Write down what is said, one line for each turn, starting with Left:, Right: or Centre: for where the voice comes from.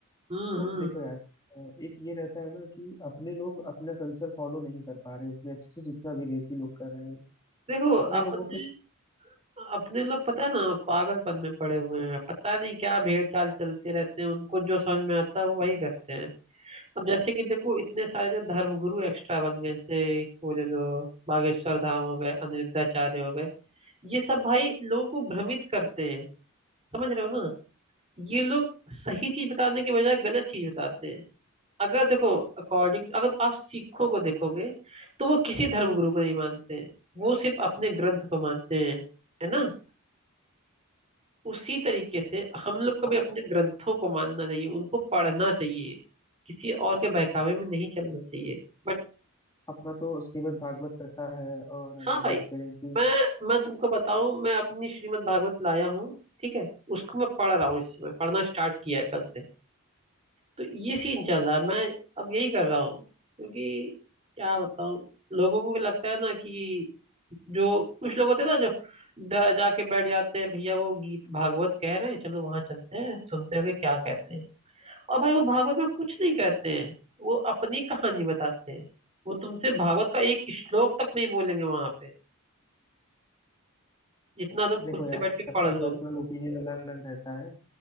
Right: हम्म
Left: तो
Right: हम्म
Left: देखो यार अ, एक ये रहता है ना कि अपने लोग अपना कल्चर फॉलो नहीं कर पा रहे उतने अच्छे से जितना विदेशी लोग कर रहे हैं
Right: देखो
Left: अपने
Right: अपने
Left: लोगों के
Right: अपने लोग पता है ना पागलपन में पड़े हुए हैं पता नहीं क्या भेड़ चाल चलते रहते हैं उनको जो समझ में आता है वो वही करते हैं अब जैसे कि देखो इतने सारे जो धर्मगुरु एक्स्ट्रा बन गए जैसे एक वो ले लो बागेश्वर धाम हो गए अनिरुद्धाचार्य हो गए ये सब भाई लोगों को भ्रमित करते हैं समझ रहे हो ना ये लोग सही चीज बताने के बजाय गलत चीज बताते हैं अगर देखो अकॉर्डिंग अगर आप सिखों को देखोगे तो वो किसी धर्मगुरु को नहीं मानते हैं वो सिर्फ अपने ग्रंथ को मानते हैं है ना उसी तरीके से हम लोग को
Left: हाँ,
Right: भी अपने ग्रंथों को मानना चाहिए उनको पढ़ना चाहिए किसी और के बहकावे में नहीं चलना चाहिए बट
Left: अपना तो श्रीमद् भागवत कथा है और
Right: हाँ
Left: अगर
Right: भाई
Left: बात करें कि
Right: मैं मैं तुमको बताऊं मैं अपनी श्रीमद् भागवत लाया हूँ ठीक है उसको मैं पढ़ रहा हूँ इस समय पढ़ना स्टार्ट किया है कल से तो ये सीन चल रहा है मैं अब यही कर रहा हूँ क्योंकि क्या बताऊं लोगों को भी लगता है ना कि जो कुछ लोग होते हैं ना जो ड- जाके बैठ जाते हैं भैया वो गीत भागवत कह रहे हैं चलो वहां चलते हैं सुनते हैं कि क्या कहते हैं और भाई वो भागवत में कुछ नहीं कहते हैं वो अपनी कहानी बताते हैं वो तुमसे भागवत का एक श्लोक तक नहीं बोलेंगे वहां पे जितना तुम
Left: देखो
Right: खुद
Left: यार
Right: से बैठ के
Left: सबका
Right: पढ़ लोगे
Left: पर्सनल ओपिनियन अलग अलग रहता है